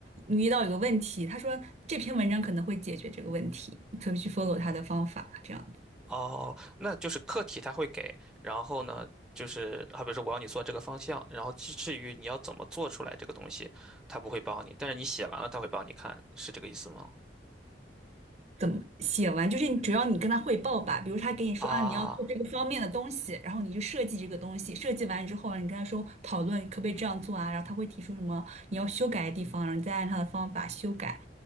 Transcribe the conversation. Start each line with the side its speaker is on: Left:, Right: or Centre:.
Right: 你遇到有个问题，他说这篇文章可能会解决这个问题，你可以去 follow 他的方法，这样子。
Centre: 哦，那就是课题他会给，然后呢，就是好比说我要你做这个方向，然后至至于你要怎么做出来这个东西，他不会帮你，但是你写完了他会帮你看，是这个意思吗？
Right: 怎么写完，就是你只要你跟他汇报吧，比如他给你说啊，
Centre: 啊，
Right: 你要做这个方面的东西，然后你就设计这个东西，设计完之后啊你跟他说讨论可不可以这样做啊，然后他会提出什么你要修改的地方，然后你再按他的方法修改，